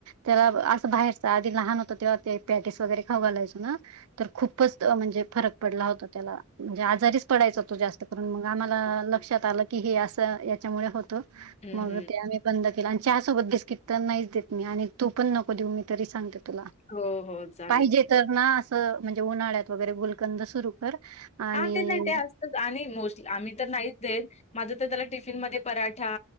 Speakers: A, on the right (about 85°); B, on the left (about 30°).
A: त्याला असं बाहेरच आधी लहान होतं तेव्हा ते पेटिस वगैरे खावु घालायचो ना तर खूपच म्हणजे फरक पडला होता त्याला म्हणजे आजारी पडायचा तो जास्त करून मग आम्हाला
B: हो.
A: लक्षात आलं की हे असं याच्यामुळे होतं.
B: हं,
A: मग
B: हं.
A: ते आम्ही बंद केला आणि चहा सोबत बिस्किट तर नाहीच देत मी आणि तू पण नको देऊ मी तरी सांगते तुला.
B: हो हो चालेल.
A: पाहिजे तर ना असं म्हणजे उन्हाळ्यात वगैरे गुलकंद सुरू कर आणि
B: हां, ते नाही ते असतंच आणि मोस्टली आम्ही तर नाहीच देत माझं तर त्याला टिफिन मध्ये पराठा